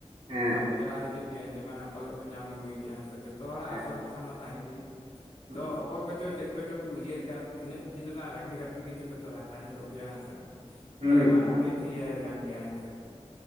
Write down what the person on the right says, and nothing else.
ᱦᱮᱸ
ᱦᱮᱸ
ᱦᱩᱸ
ᱦᱩᱸ